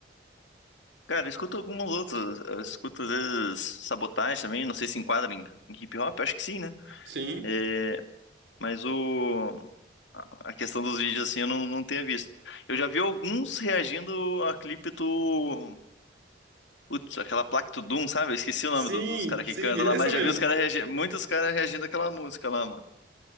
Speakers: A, on the left; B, on the right.
A: Cara, eu escuto algumas outras, eu escuto às vezes Sabotagem também, não sei se enquadra em, em hip hop, acho que sim, né?
B: Sim.
A: É, Mas o... A questão dos vídeos, assim, eu não, não tenho visto. Eu já vi alguns reagindo a clipe do... Putz, aquela placa do Doom, sabe? Eu esqueci o nome
B: Sim,
A: do- dos caras
B: sim,
A: que cantam lá,
B: essa
A: mas
B: mesmo.
A: já vi os caras reagindo... Muitos caras reagindo àquela música lá, mano.